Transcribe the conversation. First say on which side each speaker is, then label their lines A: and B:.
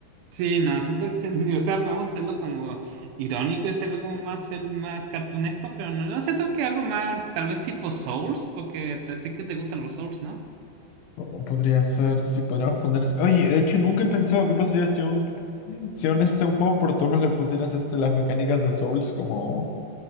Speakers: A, on the right (about 80°); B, on the left (about 75°).
A: sí, no, siento- siento- <laughs> o sea, podemos hacerlo como irónico y hacerlo como más, fel- más cartunesco, pero no, yo siento que algo más, tal vez tipo Souls, porque te- sé que te gustan los Souls, ¿no?
B: O podría ser, si podríamos poner... Oye, de hecho, nunca he pensado qué pasaría si un Si aún este un juego por turnos le pusieras este, las mecánicas de Souls como